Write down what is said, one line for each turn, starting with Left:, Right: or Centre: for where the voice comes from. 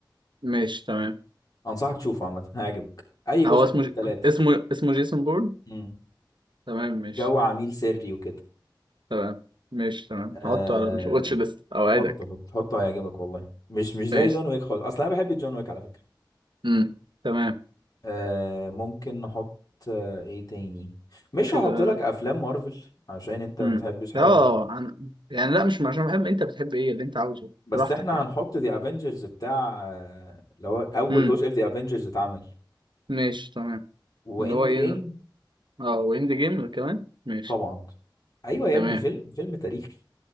Right: ماشي تمام
Left: انصحك تشوفه عامه هيعجبك اي
Right: هو
Left: جزء
Right: اسمه
Left: من الثلاثه
Right: اسمه اسمه جيسون بورن
Left: امم
Right: تمام ماشي
Left: جو عميل سري وكده
Right: تمام ماشي تمام
Left: أه...
Right: هحطه على الواتش ليست اوعدك
Left: حطه حطه حطه هيعجبك والله مش مش زي
Right: ماشي
Left: جون ويك خالص اصل انا بحب جون ويك على فكره
Right: امم تمام
Left: أه... ممكن نحط آه، ايه تاني مش
Right: كده
Left: هحط لك افلام مارفل عشان انت ما
Right: امم
Left: بتحبش حاجه
Right: اه عن... يعني لا مش عشان بحب انت بتحب ايه اللي انت عاوزه
Left: بس
Right: براحتك
Left: احنا
Right: يعني
Left: هنحط ذا افنجرز بتاع آه، اللي هو اول
Right: امم
Left: جزء في ذا افنجرز اتعمل
Right: ماشي تمام
Left: واند
Right: اللي هو ايه
Left: جيم
Right: اه واند جيم كمان ماشي
Left: طبعا ايوه يا
Right: تمام
Left: ابني فيلم فيلم تاريخي